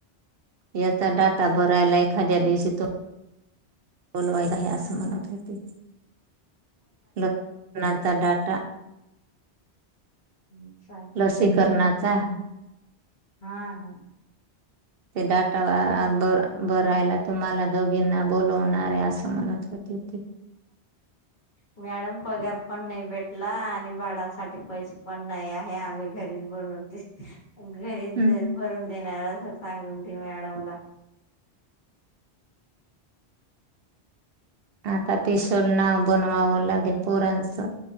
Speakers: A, on the right; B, on the left.
A: याचा डाटा भरायला एखाद्या दिवशी तो बोलवायला हे असं म्हणत होती, लतण्याचा डाट
B: हुं सांग.
A: लसीकरणाचा
B: हां हां.
A: ते डाटा ब ब बरायला तुम्हाला दोघींना बोलवणार हाय असं म्हणत होती. ठेव ठेव.
B: मॅडम पगार पण नाही भेटला आणि भाडासाठी पैसे पण नाही. नाही आहे आम्ही घरीच बनवतय. घरीच
A: हम्म
B: भरून देणार अस सांगून दे मॅडमला
A: आता पेशल नाव बनवावं लागेल पोरांचं,